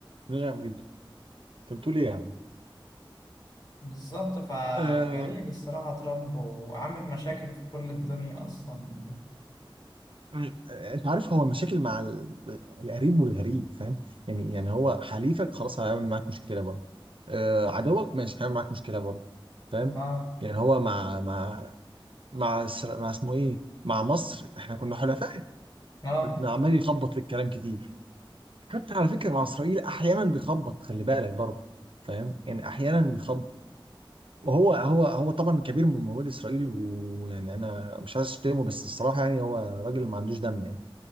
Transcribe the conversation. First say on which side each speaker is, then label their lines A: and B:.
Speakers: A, on the right; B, on the left.
A: من غير امريكا انت بتقول ايه يا عم
B: بالظبط فغريب
A: آه،
B: الصراحة ترامب وعامل مشاكل في كل الدنيا اصلا يعني
A: آه، انت عارف هو المشاكل مع ال- القريب والغريب فاهم يعني يعني هو حليفك خلاص هيعمل معاك مشكله برضه آه، عدوك ماشي هيعمل معاك مشكله برضه فاهم
B: اه
A: يعني هو مع مع مع, إسرا- مع اسمه ايه مع مصر احنا كنا حلفاء
B: اه
A: عمال يخبط في الكلام كتير حتى على فكره مع اسرائيل احيانا بيخبط خلي بالك برضه فاهم يعني احيانا بيخبط وهو هو هو طبعا كبير من ممول اسرائيل ويعني انا مش عايز اشتمه بس الصراحه يعني هو راجل ما عندوش دم يعني